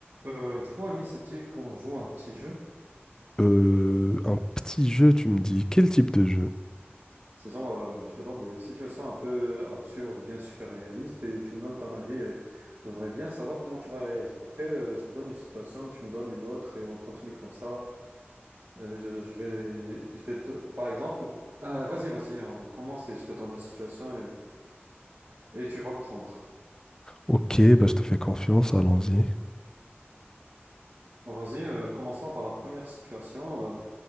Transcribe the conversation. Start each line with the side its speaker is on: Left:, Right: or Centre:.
Right: Euh, du coup, Ami, c'est dit qu'on joue un petit jeu.
Left: Euh, un petit jeu, tu me dis. Quel type de jeu?
Right: C'est genre, euh, je te donne des situations un peu absurdes, bien sûr réalistes, et tu me donnes ton avis. Et je voudrais bien savoir comment tu vas réagir. Après, euh, je te donne une situation, tu me donnes une autre, et on continue comme ça. Euh, je, je vais, je vais te- par exemple, euh, vas-y, vas-y, on commence et je te donne la situation et, et tu vas prendre.
Left: Ok, bah, je te fais confiance, allons-y.
Right: Bon, vas-y, euh, commençons par la première situation. euh,